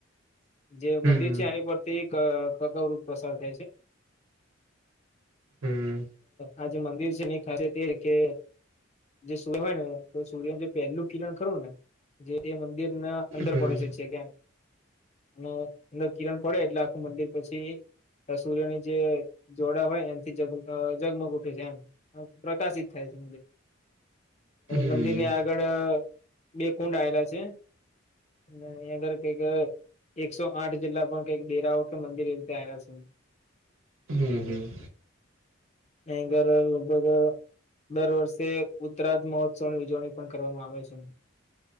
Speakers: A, on the left; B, on the right.
A: જે મંદિર
B: હમ
A: છે એની પરથી કકાવત પ્રસાર થાય છે.
B: હમ
A: આજ મંદિર છેની ખાસિયત એ કે જે સૂર્ય હોય ને તો સૂર્યનું જે પહેલું કિરણ ખરું ને જે એ મંદિર ના અંદર
B: હમ
A: પડે છે છે કેમ. અને અંદર કિરણ પડે એટલે આખું મંદિર પછી સૂર્યની જે જોડા હોય એમથી જગ જગમગ ઉઠે છે એમ પ્રકાશિત થાય છે.
B: હમ
A: મંદિર ની આગળ બે કુંડ આયલા છે. ને એની અગર કંઈક એકસો આઠ જેટલા પણ કઈક ડેરાઓ કે મંદિર એ રીતે આવેલા છે.
B: હમ હમ
A: <unintelligible> ભયંકર લગભગ દર વર્ષે ઉત્તરા્ર્ધ મહોત્સવની ઉજવણી પણ કરવામાં આવે છે.